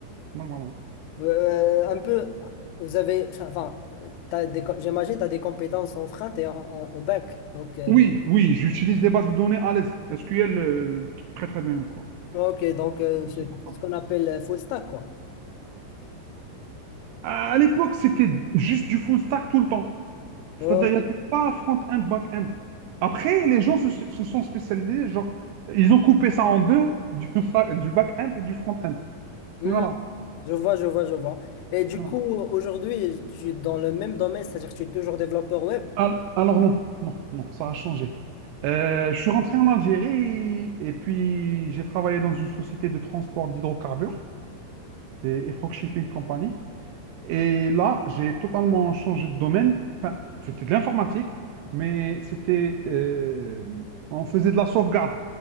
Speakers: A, on the right; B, on the left.
A: Donc voilà.
B: Euh, un peu, vous avez, enfin, euh, t'as des, co- j'imagine tu as des compétences en front et en, en, en back. Donc, euh,
A: Oui, oui, j'utilise les bases de données à l'aise. SQL, euh, très très bien, quoi.
B: ok, donc euh,
A: Pas de souci
B: c'est
A: pour ça.
B: c'est ce qu'on appelle euh, full stack, quoi.
A: À l'époque, c'était juste du full stack tout le temps. C'est-à-dire,
B: Ok,
A: il n'y avait pas front-end, back-end. Après, les gens se, se sont spécialisés, genre, ils ont coupé ça en deux, du, fa- du back-end et du front-end.
B: Hmm,
A: Voilà.
B: je vois, je vois, je vois. Et du
A: voilà.
B: coup, aujourd'hui, je suis dans le même domaine, c'est-à-dire que je suis toujours développeur web,
A: Al- Alors, non, non, non, ça a changé. Euh, je suis rentré en Algérie et puis j'ai travaillé dans une société de transport d'hydrocarbures, c'est Efrog Shipping Company. Et là, j'ai totalement changé de domaine. Enfin, c'était de l'informatique, mais c'était... euh, on faisait de la sauvegarde.